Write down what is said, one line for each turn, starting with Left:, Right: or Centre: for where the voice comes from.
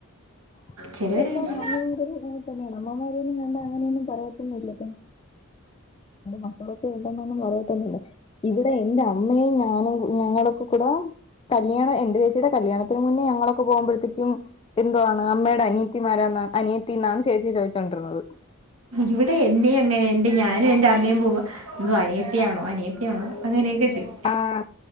Left: ആഹ
Right: ചിലവർ
Left: ഇപ്പ
Right: ചോദിച്ചു
Left: മമ്മി അ അമ്മമാരിന്നും കണ്ടാ അങ്ങനെയൊന്നും പറയൊന്നുമില്ലെ മക്കളൊക്കെ ഉണ്ടെന്നൊന്നും പറയത്തന്നില്ല ഇവിടെ എന്റെ അമ്മയും ഞാനും കു ങ്ങളൊക്ക കൂടെ കല്യാണം എന്റെ ചേച്ചിയുടെ കല്യാണത്തിന് മുന്നേ ഞങ്ങളൊക്കെ പോകുമ്പഴത്തേക്കും എന്തുവാ അമ്മയുടെ അനിയത്തിമാര അനിയത്തി എന്നാണ് ചേച്ചി ചോദിച്ചോണ്ടിരുന്നത്
Right: ഇവിടെ എന്നെ അങ്ങനെ യെ അ ഞാനും എൻ്റെ അമ്മയും പോകുമ്പം എന്തും അനിയത്തിയാണോ അനിയത്തിയാണോ അങ്ങനെയൊക്കെ ചോദിക്കും
Left: ആഹ